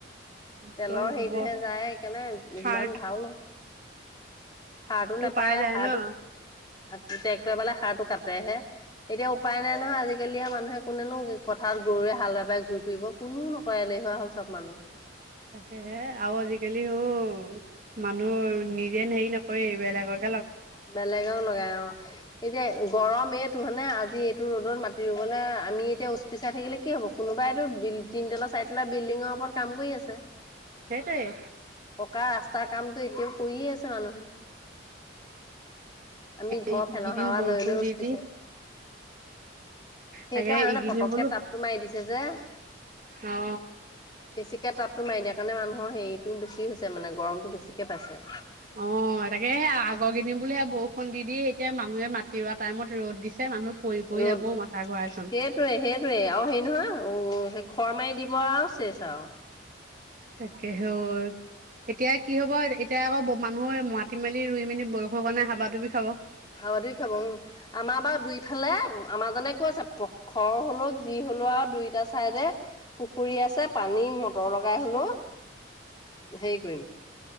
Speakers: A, on the right (about 45°); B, on the left (about 20°).
A: একদম
B: তেলৰ
A: গোবৰ
B: হেৰিটোহে যায়, সেইকাৰণে
A: সাৰ
B: ইমান ভাল নহয় সাৰটো নেপায়,
A: পাই যায়
B: সাৰটো,
A: ন
B: ট্ৰেক্টৰে বালে সাৰটো কাটেহে৷ এতিয়া উপায় নাই নহয়, আজিকালি আ, মানুহে কোনেনো পথাৰত গৰুৱে হাল বাই ঘূৰি ফুৰিব কোনো নকৰে। এলেহুৱা হ'ল চব মানুহ।
A: তাকে হে, আৰু আজিকালি অ, মানুহ নিজে হেৰি নকৰে বেলেগৰ
B: বেলেগক লগাই অ', এতিয়া গৰম টো হয়নে আজি এইটো ৰ'দত মাতি ৰুবলে আমি এতিয়া উচ-পিচাই থাকিলে কি হ'ব? কোনোবাইটো <unintelligible> তিন তালা চাইতলা বিল্ডিংৰ ওপৰত কাম কৰি আছে।
A: সেইটোৱে।
B: পকা ৰাস্তাৰ কামটো এতিয়াও কৰিয়ে আছে মানুহে। আমি ঘৰ
A: এইকেইদিন
B: ফেনৰ হাৱা
A: বৰষুণ
B: লৈ লৈ
A: দি
B: উছ পিচাই
A: দি
B: সেইকাৰণে
A: তাকে এইকেইদিন
B: পতককে
A: বোলো
B: তাপটো মাৰি দিছে যে। বেছিকে
A: অ
B: তাপটো মাৰি দিয়াৰ কাৰণে মানুহ ন সেৰিটো বেছি হৈছে মানে গৰমটো বেছিকে পাইছে।
A: অ' তাকে সেই আগৰ কেইদিন বুলে বৰষুণ দি দি, এতিয়া মানুহে মাতি ৰোৱা টাইমত ৰ'দ দিছে। মানুহ পৰি পৰি
B: ৰ
A: যাবও
B: সেইটোৱে
A: মাথা ঘূৰাইচোন
B: সেইটয়ে আৰু হেৰি নহয় উ খৰ মাৰি দিব আৰু চেচ আৰু।
A: তাকে হৰ এতিয়া কি হব এতিয়া আকৌ মানুহে মাতি মেলি ৰুই মেলি বৰষুণ কাৰণে হাবা ধুবি খাব।
B: হাৱ ধ খাব উম আমাৰ বাৰু দুইফালে আমাৰ জনে কৈ আছে খৰ হলেও যি হ হলো আৰু দুইটা চাইডে পুখুৰী আছে পানী মটৰ লগাই হলো হেই কৰিম,